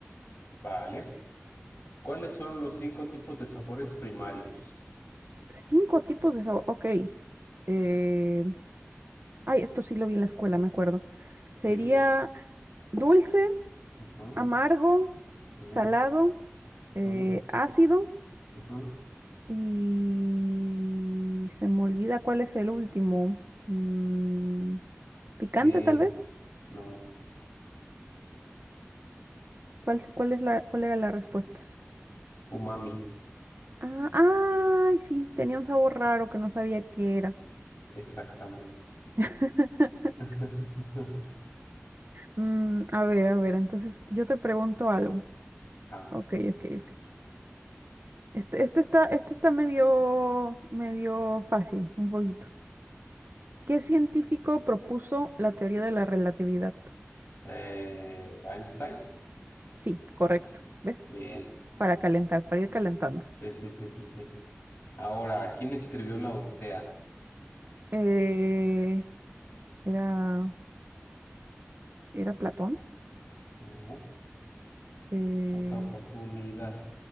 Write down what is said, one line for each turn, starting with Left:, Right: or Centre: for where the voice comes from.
Left: Vale. ¿Cuáles son los cinco tipos de sabores primarios?
Right: Cinco tipos de sabor, ok. Eh, Ay, esto sí lo vi en la escuela, me acuerdo. Sería
Left: Sí.
Right: dulce,
Left: Ujú,
Right: amargo,
Left: ujú,
Right: salado, eh,
Left: ujú,
Right: ácido
Left: ujú.
Right: y se me olvida cuál es el último. Mm, picante,
Left: Sí,
Right: tal vez.
Left: no.
Right: ¿Cuál, se- cuál es la, cuál era la respuesta?
Left: Umami,
Right: Ah, ay, sí, tenía un sabor raro que no sabía qué era.
Left: exactamente.
Right: <laughs>
Left: <laughs>
Right: Mm, a ver, a ver, entonces yo te pregunto algo.
Left: Ah,
Right: Ok, ok, ok. Este, este está, este está medio, medio fácil, un poquito. ¿Qué científico propuso la teoría de la relatividad?
Left: eh, Einstein.
Right: Sí, correcto. ¿Ves?
Left: Bien.
Right: Para calentar, para ir calentando.
Left: Sí, sí, sí, sí, sí. Ahora, ¿quién escribió la Odisea?
Right: Eh, era, era Platón.
Left: No,
Right: Eh,
Left: otra oportunidad,